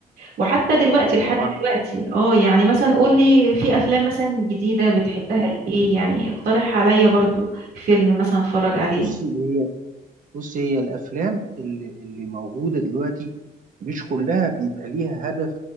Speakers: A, on the right; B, on the right.
A: وحتى دلوقتي لحد
B: طبعا
A: دلوقتي اه يعني مثلا قولي في افلام مثلا جديدة بتحبها لايه يعني اقترح عليا برضو فيلم مثلا اتفرج عليه
B: بصي هي بص هي الافلام اللي اللي موجوده دلوقتي مش كلها بيبقى ليها هدف